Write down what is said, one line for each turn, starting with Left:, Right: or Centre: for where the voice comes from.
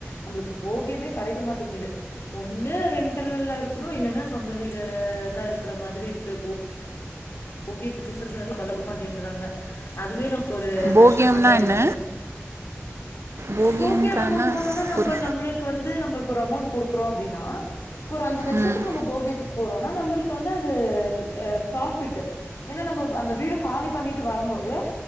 Left: நம்மளுக்கு போகியமே கெடைக்க மாட்டேங்குது ஒண்ணு ரென்டல்ல இருக்கணு இல்லைன்னா சொந்த வீடு தா இருக்குற மாதிரி இருக்கு போ கியத்துக்குன்றது வந்து குடுக்மாட்டேன்றாங்க அதுவே நமக் கு ஒரு
Right: போகியம்னா
Left: கஷ்டமாதா
Right: என்ன
Left: இருக்கு
Right: போகியம்ன்றான்னா
Left: போகியோ நம்ம போனோனா நம்ப
Right: புரி
Left: நம்மளே க்கு வந்து நம்ம இப்ப ஒரு அமௌண்ட் கொடுக்கறோ அப்டினா இப்ப ஒரு அஞ்சு லட்சத்துக்கு
Right: ம்
Left: நம்ம போகியத்து போறோம்னா நம்மளுக்கு வந்து அது பிராஃபிட்டு ஏன்னா நம்ம அந்த வீட காலி பண்ணிட்டு வரம்போது